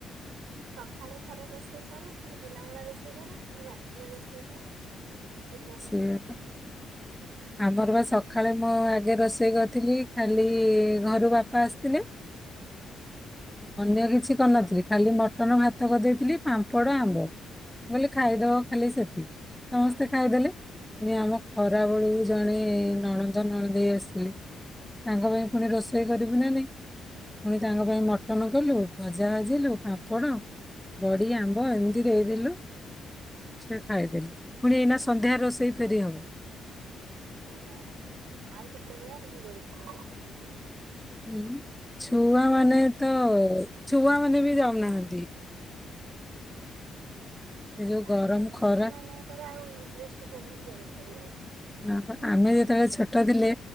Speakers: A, on the right; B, in the centre.
A: ସକାଳେ ଥରେ ରୋଷେଇ। କର ପୁଣି ଦିନ ବେଳା ରୋଷେଇ କର ପୁଣି ରାତିରେ ରୋଷେଇ କର। ରୋଷେଇ କରୁ
B: ସେଆ
A: କରୁ ତ
B: ବା ଆମର ବା। ସକାଳେ ମୋ ଆଗେ ରୋଷେଇ କରିଥିଲି କାଲି ଘରୁ ବାପା ଆସିଥିଲେ।
A: ହଁ
B: ଅନ୍ୟ କିଛି। କରିନଥିଲି ଖାଲି ମଟନ ଭାତ କରିଦେଇଥିଲି ପାମ୍ପଡ଼ ଆମ୍ବ। ମୁଲ ଖାଇଦ ଖାଲି
A: ହଁ।
B: ସେ ହଁ ସେ। ଖାଇଦେଲେ ପୁଣି ଆମକୁ। ଖରାବେଳୁ ଜଣେ। ନଣନ୍ଦ ନଣନ୍ଦେଇ ଆସିଥିଲେ ତାଙ୍କ ପାଇଁ ପୁଣି ରୋଷେଇ କରିବି ନା ନାଇଁ ପୁଣି। ତାଙ୍କ ପାଇଁ ମଟନ କଲୁ। ଭଜା ଭାଜିଲୁ ପାମ୍ପଡ଼, ବଡି, ଆମ୍ବ
A: ହଁ
B: ଏମିତି ଦେଇଦେଲୁ। <inaudible> ଖାଇଦେଲି। ପୁଣି ଏଇନା ସ ସନ୍ଧ୍ୟା ରୋଷେଇ ଫେରି ହବ।
A: ହଁ ଆଉ କେତେବେଳ କଣ ଦୋଳି ଖେଳିଆକୁ। ବାଙ୍ଗିଦେ।
B: ହୁଁ ଛୁଆ ମାନେ ତ ଛୁଆ ମାନେ ବି ଯାଉନାହାଁନ୍ତି।
A: ହ <unintelligible>
B: ଏ ଯୋଉ
A: ଆଜିକାଲି
B: ଗରମ ଖରା
A: ଛୁଆ ମାନଙ୍କର ଆଉ ଇଣ୍ଟରେଷ୍ଟ ହଉନି ଦୋଳି ଖେ ଏୟାକୁ
B: ନାପା ଆମେ ଯେତେବେଳେ ଛୋଟ ଥିଲେ